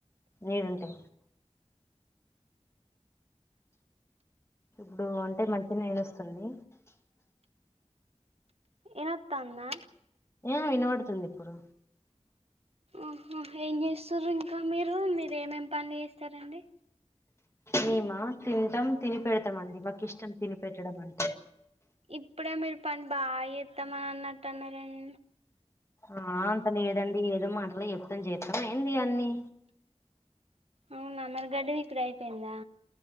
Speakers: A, on the left; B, on the right.
A: నీడు ఉంటే ఇప్పుడు అంటే మంచి న నేను వస్తుంది
B: ఇదా వత్త అన్నా
A: ఏ వినబడుతుంది ఇప్పుడు
B: ఉహు ఏం చేసురు ఇంకా మీరు మీరు ఏమేమి పనులు చేస్తారండి
A: మేమా తింటాం తిని పెడతామ అండి మాకు ఇష్టం తిని పెట్టడం అండి
B: ఇప్పుడే మీరు పని బాగా చేద్దామని అన్నట్టు అన్నారేన్
A: ఆ అంత లేదండి ఏదో మాటల చెప్తాం చేస్తమా ఏంది అన్నీ
B: అవునా మరి గడ్డి పీకుడ్ అయిపోయిందా?